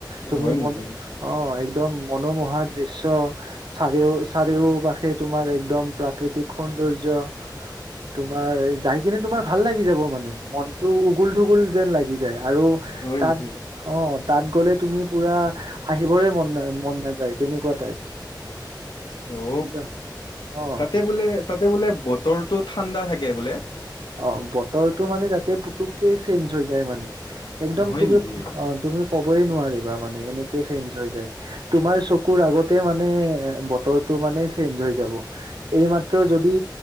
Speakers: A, on the right; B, on the left.
A: তুমি
B: হয় নেকি
A: ম অ একদম মনোমোহা দৃশ্য চাৰেিও চাৰেিও পাশে তোমাৰ একদম প্ৰাকৃতিক সুন্দ সৌন্দৰ্য তোমাৰ এই যাই কিনে তোমাৰ ভাল লাগি যাব মানে মনটো উগুল ঢুগুল যেন লাগি য আৰু
B: হয়
A: তাত
B: নেকি
A: অ তাত গলে তুমি পুৰা আহিবৰে মন মন নাযায় তেনেকুৱা টাইপ
B: অ
A: একদম অ
B: তাতে বোলে তাতে বোলে ব- তৰো ঠাণ্ডা থাকে বোলে
A: অ বতৰটো মানে যাতে পুতুককে চেঞ্জ হৈ যায় মানে একদম
B: হয়
A: তুমি
B: নেকি?
A: অ তুমি কবই নোৱাৰিবা মানে এনেকে চেঞ্জ তোমাৰ চকুৰ আগতে মানে বতৰত তো মানে চেঞ্জ হৈ যাব এই মাত্ৰ যদি